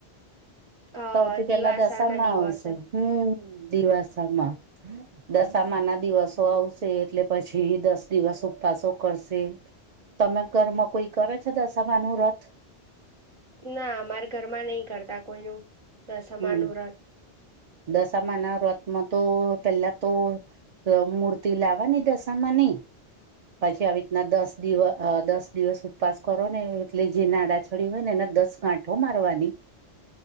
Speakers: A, on the right; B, on the right.
A: અ
B: સૌથી
A: દિવાસા
B: પેલા દશામાં
A: ના દિવસો
B: આવશે હમ્મ દિવાસમાં દશામા ના દિવસો આવશે એટલે પછી દસ દિવસ ઉપવાસો કરશે. તમે ઘરમાં કોઈ કરે છે દસામા નું વ્રત?
A: ના અમારા ઘરમાં નહી કરતા કોઈ ન દસમા
B: હમ
A: નું વ્રત.
B: દશામા ના વ્રથમાં તો પેલા તો. તો મૂર્તિ લાવવાની દશામાં ની. પછી આવી રીતના દસ દિવસ દસ દિવસ ઉપવાસ કરો ને એટલે જે નાડા ચડી હોય ને એના દસ કાંઠ. તો મારવાની.